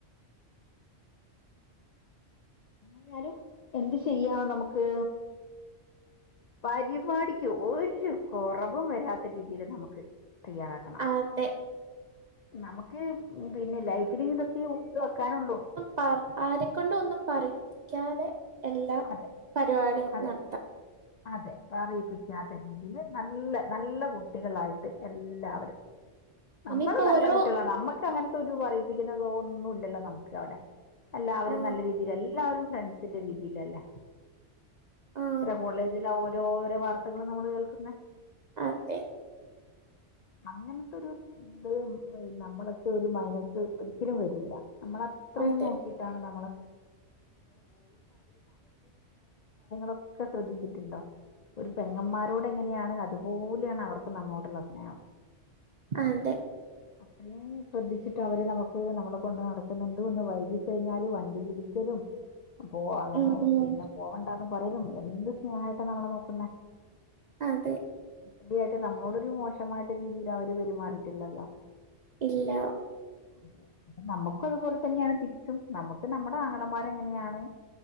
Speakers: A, on the left; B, on the right.
A: ന്നാലും എന്ത് ചെയ്യാ നമുക്ക് പരിപാടിക്ക് ഒര് കാെറവും വരാത്ത രീതിയില് നമുക്ക് തയ്യാറാക്കാം
B: അതെ
A: നമുക്ക് പിന്നെ ലൈഫില് ഇതൊക്കെ ഓർത്ത് വെക്കാനൊള്ളൂ
B: പാ ആരെക്കൊണ്ടഒന്നും പറയിപ്പിക്കാതെ എല്ലാ
A: അതെ
B: പരിപാടിയും
A: അതെ
B: നടത്
A: അതെ പറയിപ്പിക്കാത്ത രീതീല് നല്ല നല്ല കുട്ട് കുട്ടികളായിട്ട് എല്ലാവരും നമ്മളും
B: ഇനിയിപ്പോ
A: നല്ല
B: ഓരോ
A: കുട്ട്യാളാണ് നമക്ക് അങ്ങനെ ട്ടൊരു പറയിപ്പിക്കുന്നതോന്നുല്ലല്ലോ നമുക്ക് അവിടെ എല്ലാവരും
B: ആ
A: നല്ല രീതിയില് എല്ലാവരും ഫ്രണ്ട്സ് സിന്റെ രീതീലല്ലേ
B: ആ
A: കോളേജില് ഒരോരാ വാർത്തകളും നമ്മൾ കേൾക്കുന്ന
B: അതെ
A: അങ്ങനത്തൊരു. ഇപ്പളും നമ്മളൊക്കെ ഒരു മൈനസ് ഒരിക്കലും വരൂല്ല നമ്മള അത്രയും
B: അതെ
A: നോക്കിട്ടാണ് ഒക്കെ ശ്രദ്ധിച്ചിട്ടുണ്ടോ ഒരു പെങ്ങന്മാരോട് എങ്ങനെയാണ് അതുപോലെയാണ് അവർക്ക് നമ്മളോടുള്ള സ്നേഹം
B: അതെ
A: <inaudible> അത്രീം ശ്രദ്ധിച്ചിട്ട് അവര് നമുക്ക് നമ്മളെ കൊണ്ട് നടക്കുന്നുണ്ട് ഒന്ന് വൈകി കഴിഞ്ഞാല് വണ്ടി വിളിക്കലും <inaudible> പോ അങ്ങനെ
B: ഉം
A: പിന്നെ പോവണ്ടാന്നും പറയലും എന്ത് സ്നേഹായിട്ടാ നമ്മളെ നോക്കുന്നെ
B: അതെ
A: ഇതിയായിട്ട് നമ്മളോടൊരു മോശമായിട്ട് ഒരു രീതിയിൽ അവര് പെരുമാറിയിട്ടില്ലല്ലോ
B: ഇല്ലാ
A: അതെ നമ്മക്കും അതുപോലെ തന്നെയാണ് തിരിച്ചും നമുക്ക് നമ്മടെ ആങ്ങളമാര് എങ്ങനെയാണ്